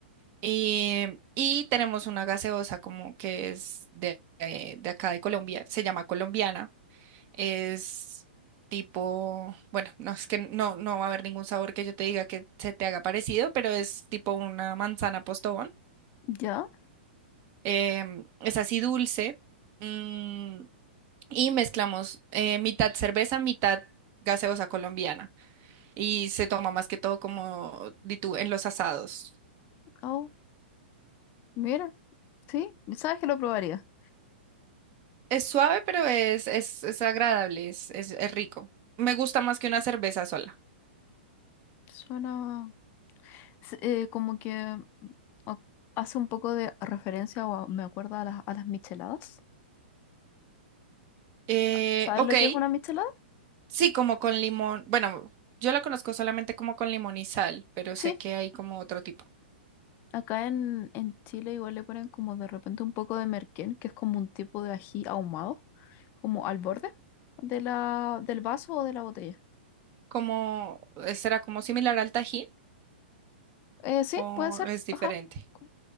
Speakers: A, on the right; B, on the left.
A: Y, y tenemos una gaseosa como que es de, eh, de acá de Colombia, se llama colombiana. Es tipo, bueno, no es que no, no va a haber ningún sabor que yo te diga que se te haga parecido, pero es tipo una manzana postobón.
B: ¿Ya?
A: Em, es así dulce. mm, y mezclamos eh, mitad cerveza, mitad gaseosa colombiana y se toma más que todo como di tú, en los asados.
B: Oh. Mira, sí, sabes que lo probaría.
A: Es suave, pero es, es, es agradable, es, es, es rico. Me gusta más que una cerveza sola.
B: Suena s- eh, como que a- hace un poco de referencia o a- me acuerda a las, a las micheladas.
A: Eh,
B: ¿Sabes
A: ok,
B: lo que es una michelada?
A: sí, como con limón. Bueno, yo la conozco solamente como con limón y sal, pero
B: Sí,
A: sé que hay como otro tipo.
B: acá en, en Chile igual le ponen como de repente un poco de merquén, que es como un tipo de ají ahumado, como al borde de la, del vaso o de la botella.
A: Como, ¿será como similar al Tajín
B: Eh, sí,
A: o
B: puede ser,
A: es diferente?
B: ajá. Co-